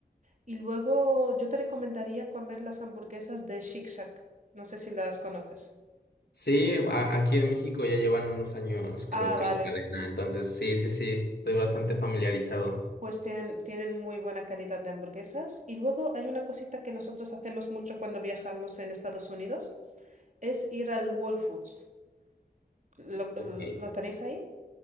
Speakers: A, on the right (about 50°); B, on the left (about 85°).
A: Y luego yo te recomendaría comer las hamburguesas de Shake Shack. No sé si las conoces.
B: Sí, a- aquí en México ya llevan unos años, creo
A: Ah,
B: que
A: vale.
B: la cadena. Entonces, sí, sí, sí, estoy bastante familiarizado.
A: Pues tienen, tienen muy buena calidad de hamburguesas. Y luego hay una cosita que nosotros hacemos mucho cuando viajamos en Estados Unidos, es ir al Whole Foods. ¿Lo,
B: Ok.
A: lo tenéis ahí?